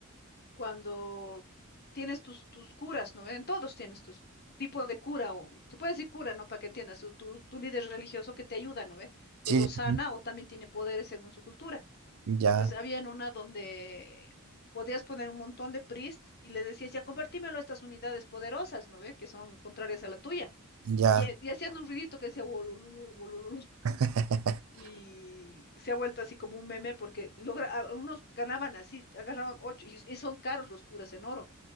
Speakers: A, on the left; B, on the right.
A: cuando tienes tus, tus curas, ¿no? En todos tienes tus tipo de cura, o se puede decir cura, ¿no? Para que entiendas, tu, tu, tu líder religioso que te ayuda, ¿no ve? Te
B: sí,
A: lo
B: sí,
A: sana
B: sí,
A: o también tiene poderes según su cultura.
B: ya,
A: Entonces había en una donde podías poner un montón de Priest y les decías, ya convertímelo a estas unidades poderosas, ¿no ve? Que son contrarias a la tuya.
B: ya,
A: Y, e- y hacían un ruidito que decía, "Wolololo, wolololo". <laughs>
B: <laughs>
A: Y se ha vuelto así como un meme porque logra, a- algunos ganaban así, agarraban ocho, y, y son caros los curas en oro,